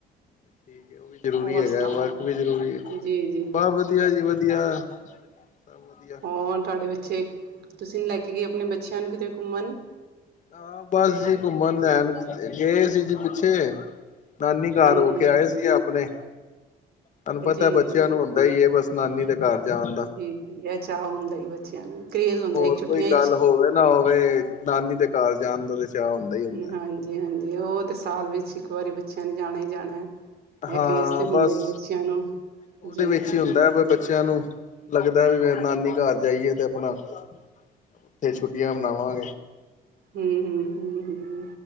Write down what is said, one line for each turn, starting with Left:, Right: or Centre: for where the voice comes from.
Left: ਠੀਕ ਹੈ ਉਹ ਵੀ ਜ਼ਰੂਰੀ
Right: ਹੋਰ
Left: ਹੈਗਾ,
Right: ਸੁਣਾਓ
Left: ਵਰਕ ਵੀ ਜ਼ਰੂਰੀ
Right: ਜੀ ਜੀ
Left: ਬਾਹ ਵਧੀਆ ਜੀ ਵਧੀਆ ਸਭ ਵਧੀਆ।
Right: ਔਰ ਤੁਹਾਡੇ ਬੱਚੇ ਤੁਸੀਂ ਲੈ ਕੇ ਗਏ, ਆਪਣੇ ਬੱਚਿਆਂ ਨੂੰ ਕਿਤੇ ਘੁੰਮਣ
Left: ਹਾਂ ਬਸ ਜੀ ਘੁੰਮਣ ਲੈਣ ਗਏ ਸੀ ਜੀ ਪਿੱਛੇ ਨਾਨੀ ਘਰ
Right: ਹਾਂਜੀ
Left: ਹੋ ਕੇ ਆਏ ਸੀ, ਆਪਣੇ ਤਹਾਨੂੰ ਪਤਾ
Right: ਜੀ
Left: ਬੱਚਿਆਂ ਨੂੰ ਹੁੰਦਾ ਹੀ ਇਹ ਬਸ ਨਾਨੀ ਦਾ ਘਰ ਜਾਣ
Right: ਜੀ ਜੀ ਇਹ ਚਾਅ ਹੁੰਦਾ, ਬੱਚਿਆਂ ਨੂੰ ਕਰੇਜ਼ ਹੁੰਦਾ
Left: ਹੋਰ
Right: ਛੁੱਟੀਆਂ
Left: ਕੋਈ
Right: ਹੀ
Left: ਗੱਲ ਹੋਵੇ ਨਾ ਹੋਵੇ ਨਾਨੀ ਤੇ ਘਰ ਜਾਣ ਦਾ ਤੇ ਚਾਅ ਹੁੰਦਾ ਹੀ ਹੁੰਦਾ
Right: ਹਾਂਜੀ ਹਾਂਜੀ ਉਹ ਤੇ ਸਾਲ ਵਿਚ ਇਕ ਵਾਰੀ ਬੱਚਿਆਂ ਨੇ ਜਾਣਾ ਹੀ ਜਾਣਾ
Left: ਹਾਂ
Right: ਇਹ ਕਰੇਜ਼ ਤੇ ਹੁੰਦਾ
Left: ਬਸ
Right: ਹੀ ਬੱਚਿਆਂ ਨੂੰ
Left: ਉਹਦੇ
Right: ਜੀ
Left: ਵਿਚ
Right: ਜੀ
Left: ਹੀ ਹੁੰਦਾ ਹੈ, ਬ ਬੱਚਿਆਂ ਨੂੰ ਲੱਗਦਾ ਵੀ ਮੈ ਨਾਨੀ ਘਰ ਜਾਈਏ, ਤੇ ਆਪਣਾ ਉਥੇ ਛੁੱਟੀਆਂ ਮਨਾਵਾਂਗੇ
Right: ਹੂੰ-ਹੂੰ-ਹੂੰ-ਹੂੰ,